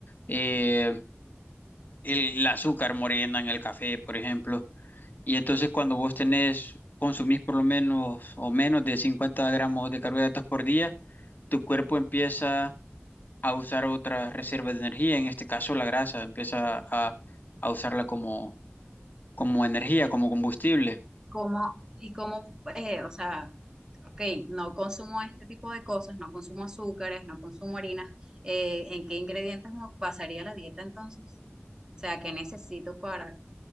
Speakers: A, on the left; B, on the right.
A: eh, el, el azúcar morena en el café, por ejemplo. Y entonces cuando vos tenés, consumís por lo menos o menos de 50 gramos de carbohidratos por día, tu cuerpo empieza a usar otras reservas de energía, en este caso la grasa, empieza a, a usarla como, como energía, como combustible.
B: como, y como, eh, o sea, ok, no consumo este tipo de cosas, no consumo azúcares, no consumo harinas, eh, ¿en qué ingredientes me basaría la dieta entonces? O sea, ¿qué necesito para,